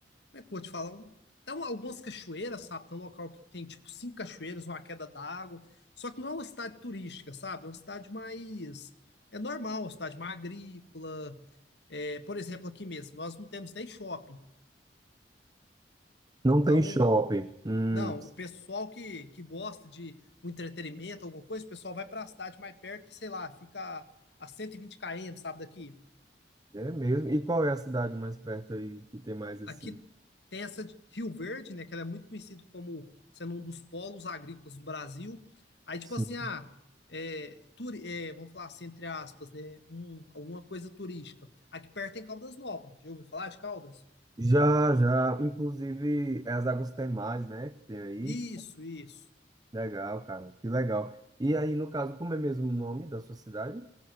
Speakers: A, on the left (about 75°); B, on the right (about 20°).
A: é que eu vou te falar? Um, tem um- algumas cachoeiras, sabe? Tem um local que tem, tipo, cinco cachoeiras, uma queda d'água, só que não é uma cidade turística, sabe? É uma cidade mais, é normal, uma cidade mais agrícola, é, por exemplo, aqui mesmo, nós não temos nem shopping,
B: Não
A: então
B: tem shopping. Hum,
A: Não, o pessoal que, que gosta de um entretenimento, alguma coisa, o pessoal vai pra cidade mais perto, que sei lá, fica a cento e vinte km, sabe, daqui.
B: é mesmo. E qual é a cidade mais perto aí que tem mais assim?
A: Aqui tem essa de Rio Verde, né, que ela é muito conhecida como sendo um dos polos agrícolas do Brasil. Aí, tipo
B: Sim.
A: assim, ah, é, turi- é, vamos falar assim, entre aspas, né, um, alguma coisa turística. Aqui perto tem Caldas Novas, já ouviu falar de Caldas?
B: Já, já. Inclusive, é as águas termais, né? Que tem aí.
A: Isso, isso.
B: Legal, cara. Que legal. E aí, no caso, como é mesmo o nome da sua cidade?